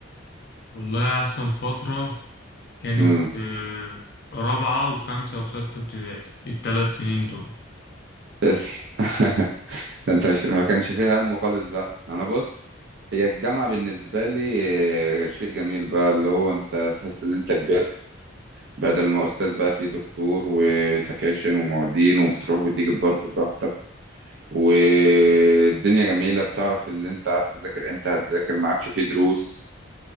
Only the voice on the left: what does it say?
والله احسن فترة كانت
آه رابعة وخمسة وستة ابتدائي الثلاث سنين دول